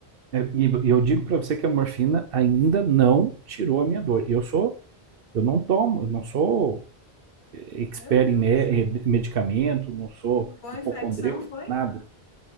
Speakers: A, on the right; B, on the left.
A: É, E eu digo para você que a morfina ainda não tirou a minha dor. E eu sou, eu não tomo, eu não sou eh, expert
B: Meu Deus.
A: em eh, medicamento, não sou
B: Foi
A: hipocondríaco,
B: infecção, foi?
A: nada.